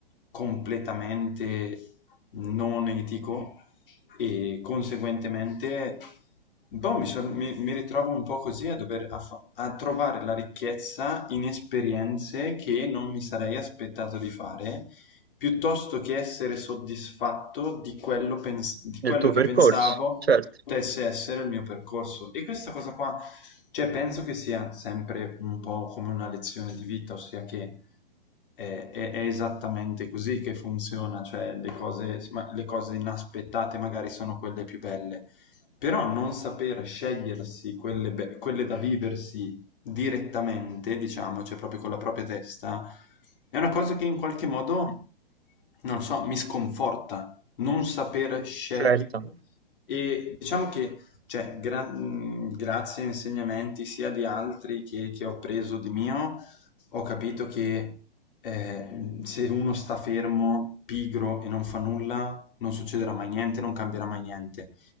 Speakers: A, on the left; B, on the right.
A: completamente non etico e conseguentemente un po' mi, son- mi- mi ritrovo un po' così a dover a fa- a trovare la ricchezza in esperienze che non mi sarei aspettato di fare, piuttosto che essere soddisfatto di quello, pens- di quello
B: del tuo
A: che
B: percorso,
A: pensavo
B: certo,
A: potesse essere il mio percorso. E questa cosa qua, cioè, penso che sia sempre un po' come una lezione di vita, ossia che è, è- è esattamente così che funziona, cioè le cose, ma- le cose inaspettate magari sono quelle più belle, però non saper scegliersi quelle, be- quelle da viversi direttamente, diciamo, cioè proprio con la propria testa, è una cosa che in qualche modo, non lo so, mi sconforta, non saper scegliere
B: certo.
A: e diciamo che cioè, gra- mh, grazie a insegnamenti sia di altri che, che ho preso di mio, ho capito che eh, se uno sta fermo, pigro e non fa nulla, non succederà mai niente, non cambierà mai niente.